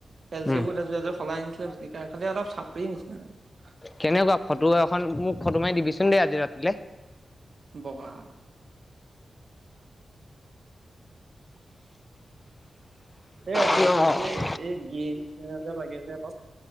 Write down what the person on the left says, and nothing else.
উম
কেনেকুৱা ফটো এখন মোক ফটো মাৰি দিবিচোন দেই আজি ৰাতিলে।
অ